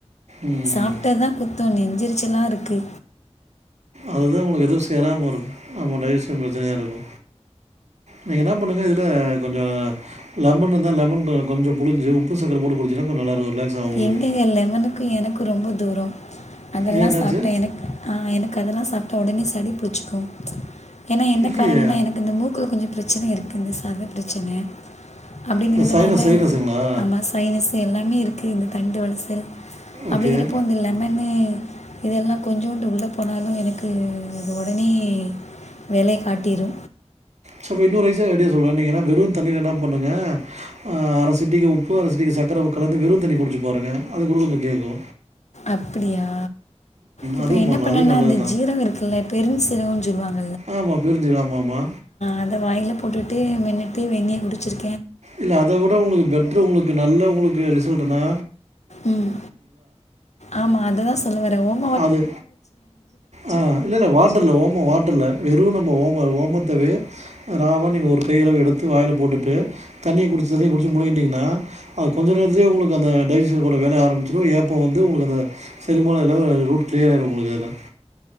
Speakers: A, on the right; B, on the left.
A: ம்
B: சாப்ட்டதுதா
A: ம்
B: குத்தோ நெஞ்செரிச்சலா இருக்கு
A: அதுதா உங்களுக்கு எதுவு சேராம இருக்கு ஆமா டைஜசன் <unintelligible> கயாருக்கு நீங்க என்ன பண்ணுங்க இதுல கொஞ்ச லெமன் இருந்தா லெமன் கொஞ்சோ புளிஞ்சு உப்பு சக்கர போட்டு குடிச்சுன்னா கொஞ்சோ நல்லா இருக்கு ரிலாக்ஸ் ஆகு உங்களுக்கு
B: எங்கங்க லெமனுக்கு எனக்கு ரொம்ப தூரோ அதெல்லா
A: ஏன் என்னாச்சு
B: சாப்டே எனக்கு ஆ எனக்கு அதெல்லா சாப்ட்ட உடனே சழி பிட்ச்சிக்கு ஏன்னா என்ன
A: இல்லையே
B: காரணம்னா எனக்கு இந்த மூக்குகு கொஞ்சோ பிரச்சன இருக்கு இந்த சத பிரச்சன அப்டிங்கிறதுனால
A: இந்த சைனஸ் சைனஸுங்களா
B: ஆமா சைனஸ் எல்லாமே இருக் இரு இந்த தண்டு வளசல் அப்டிங்கிறப்போ
A: ஓகே
B: வந்து இல்லாமே இதெல்லா கொஞ்சோண்டு உள்ள போனாலு எனக்கு அது உடனே வேலய காட்டிரு
A: ஸோப்போ இன்னொரு ரைசாக ஐடியா சொல்கிறே நீங்க ஏன்னா வெறு தண்ணில என்ன பண்ணுங்க அர சிட்டிக உப்பு அர சிட்டிக சர்க்கர கலந்து வெறு தண்ணி குடிச்சு பாருங்க அது கூட கொஞ்ச கேக்கு
B: அப்படியா இப்ப
A: அதுவும்
B: என்ன
A: பண்ணலாம்
B: பண்ணேனா
A: அதுவும் நல்லது
B: அந்த ஜீரக இருக்குல்ல பெரு சீரக சொ ஜுவங்க
A: ஆமா பெரிஞ்சீரகம் ஆமா
B: அதை வாயில் போட்டுட்டு மென்னிட்டு வென்னீயே குடிச்சிரு
A: இல்ல அத விட உங்களுக்கு பெட்ரு உங்களுக்கு நல்ல உங்களுக்கு சொல்லனா
B: ம் ஆமா அததா சொல்லவர ஓம்
A: அது ஆ இல்ல இல்ல வாட்டர்ல்ல ஓம வாட்டர்ல்ல வெறு நம்ம ஓம ஓமத்தல ராவா நீங்க ஒரு கையளவு எடுத்து வாயில போட்டுட்டு தண்ணிய குடிச்சு தண்ணிய குடிச்சு முலிங்கிட்டீங்கன்னா அது கொஞ்ச நேரத்துலயே உங்களுக்கு அந்த டைஜஷன் கூட வேலய ஆரம்பிச்சிடு ஏப்போ வந்து உங்களுக்கு அந்த செரிமான ரூட் க்ளியராயிடு உங்களுக்கு அதா